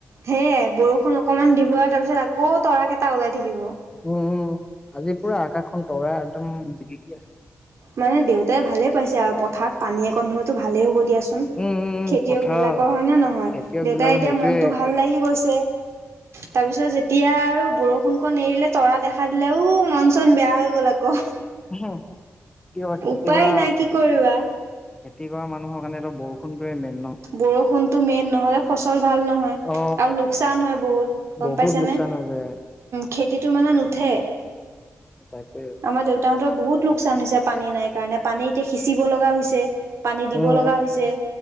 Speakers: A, on the right; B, on the left.
A: সেয়ে বৰষূণ অকনমান দিব আৰু তাৰপিছত আকৌ তৰা কেইটা ওলাই থাকিব।
B: উম, উম, আজি পুৰা আকাশখন তৰা একদম, জিলিকি আ
A: মানে দেউতাই ভালে পাইছে আৰু পথাৰত পানী অকণ হলেতো ভালে হ'ব দিয়া চোন <unintelligible>
B: উম উম উম
A: খেতিয়কবিলাকৰ,
B: পথাৰত
A: হয় নে নহয়?
B: খেতিয়ক
A: দেউতাই
B: বিলাকৰ
A: এতিয়া
B: সেইটোয়ে
A: মনটো ভাল লাগি গৈছে। <inaudible> তাৰপিছত যেতিয়া আৰু বৰষুণকণ এৰিলে, তৰা দেখা দিলে ও মন চন বেয়া হৈ গ'ল আকৌ।
B: হ কি কৰা খেতি
A: উপায় নাই কি
B: <unintelligible>
A: কৰিবা
B: খেতি কৰা মানুহৰ কাৰণে এটো বৰষুণটোৱে মেইন ন।
A: বৰষুণতটো মেইন নহ'লে ফচল ভাল নহয়।
B: অ
A: আৰু লোকচান হয় বহুত, গম
B: বহুত
A: পাইছেনে।
B: <inaudible>
A: খেতিটো মানে নুঠে।
B: বাইপে।
A: আমাৰ দেউতাহঁতৰ বহুত লোকচান হৈছে পানী নাই কাৰণে, পানী এতিয়া সিঁচিব লগা হৈছে। পানী দিব
B: উম
A: লগা
B: উম
A: হৈছে।